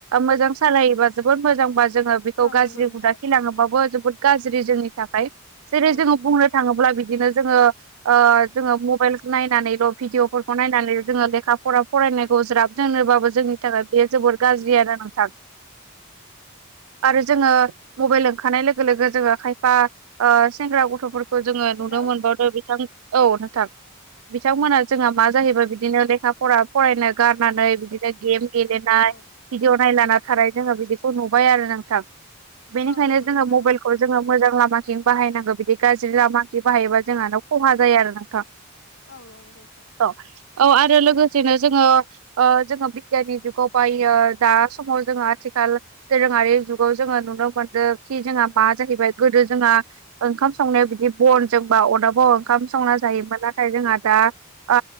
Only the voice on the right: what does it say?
मोजां सालायोबा जोबोद मोजांबा जोङो बेखौ
गाज्रि
हुदा खिथिलाङोबाबो जोबोद गाज्रि जोंनि थाखाय। जेरै
जोङो बुंनो थाङोब्ला बिदिनो जोङो ओ जोङो मबाइल नायनानैल' भिडिय'फोरखौ नायनानै जोङो लेखा फरा फरायनायखौ ज्राब दोननोबाबो जोंनि थाखाय बेयो जोबोर गाज्रि आरो नोंथां। आरो जोङो मबाइल ओंखारनाय लोगो लोगो जोङो खायफा ओ सेंग्रा गथ'फोर खौ जोङो
नुनो मोनबावदों बिथां, औ नोंथां। बिथांमोना जोंहा मा जाहैबाय बिदिनो लेखा फरा फरायनो गारनानै बिदिनो गेम गेलेनाय
भिडिअ' नायलाना थानाय जोङो बिदिखौ नुबाय आरो नोंथां। बेनिखायनो
जोङो
मबाइलखौ जोङो मोजां लामाथिं बाहायनांगौ बिदि गाज्रि लामाथिं बाहायोबा जोंहानो खहा जायो आरो नोंथां। <inaudible>
औ आरो लोगोसेनो जोङो ओ जोङो <unintelligible> बिगियाननि जुगाव बायो दा समाव जोङो आथिखाल दोरोङारि जुगाव जोङो नुनो मोनदों खि जोंहा मा जाहैबाय गोदो जोंहा ओंखाम संनायाव बिदि बनजोंबा अरदाबाव ओंखाम संना जायोमोन। नाथाय जोंहा दा ओ